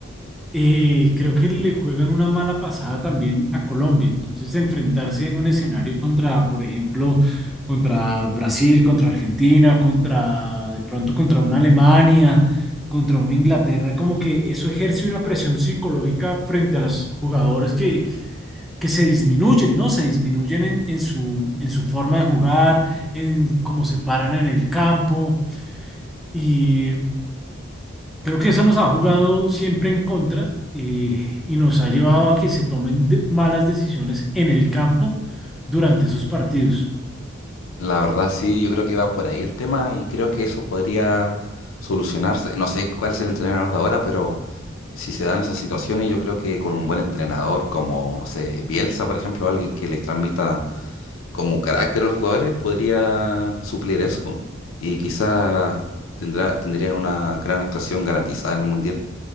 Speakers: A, in the centre; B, on the left.
A: eh, creo que le juegan una mala pasada también a Colombia. Entonces, enfrentarse en un escenario contra, por ejemplo, contra Brasil, contra Argentina, contra, de pronto, contra una Alemania, contra una Inglaterra, como que eso ejerce una presión psicológica frente a los jugadores que, que se disminuyen, ¿no? Se disminuyen en, en su, en su forma de jugar, en cómo se paran en el campo. Y Creo que eso nos ha jugado siempre en contra eh, y nos ha llevado a que se tomen de- malas decisiones en el campo durante esos partidos.
B: La verdad, sí, yo creo que va por ahí el tema y creo que eso podría solucionarse. No sé cuál es el entrenador de ahora, pero si se dan esas situaciones, yo creo que con un buen entrenador como, no sé, Bielsa, por ejemplo, alguien que les transmita como carácter a los jugadores, podría suplir eso y quizás tendrá, tendrían una gran actuación garantizada en el Mundial.